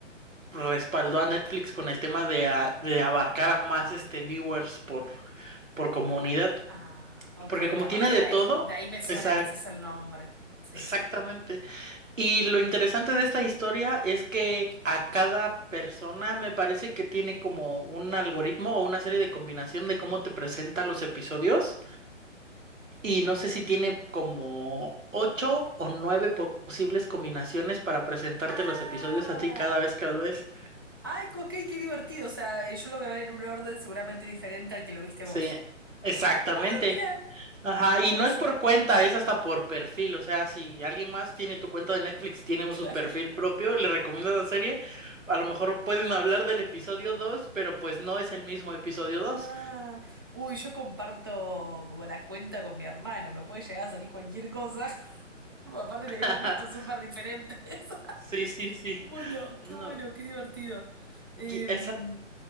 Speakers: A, on the right; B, on the right.
A: respaldó a Netflix con el tema de, a- de abarcar a más este viewers por por comunidad,
B: Ah, ok,
A: porque como
B: capaz
A: tiene
B: que
A: de
B: de ahí,
A: todo,
B: de ahí me suena
A: exac-
B: quizás el nombre. Sí,
A: exactamente.
B: sí.
A: Y lo interesante de esta historia es que a cada persona me parece que tiene como un algoritmo o una serie de combinación de cómo te presenta los episodios. y no sé si tiene como ocho o nueve po- posibles combinaciones para presentarte
B: Ah,
A: los episodios a ti cada vez que los ves.
B: ay, co- ok, qué divertido. O sea, eh, yo lo voy a ver en un orden seguramente diferente al que lo viste
A: Sí,
B: vos.
A: exactamente.
B: Ah, mira,
A: Ajá,
B: mira
A: y
B: vos,
A: no es por cuenta, es hasta por perfil. O sea, si alguien más tiene tu cuenta de Netflix, tiene un-
B: <laughs>
A: su perfil
B: claro.
A: propio, le recomiendas la serie, a lo mejor pueden hablar del episodio dos pero pues no es el mismo episodio dos
B: Ah, uy, yo comparto como la cuenta con mi hermano, me puede llegar a salir cualquier cosa. <laughs> Aparte tenemos
A: <laughs>
B: gustos súper diferentes.
A: Sí, sí, sí.
B: Bueno,
A: No,
B: qué bueno, qué divertido.
A: y
B: Em,
A: esa,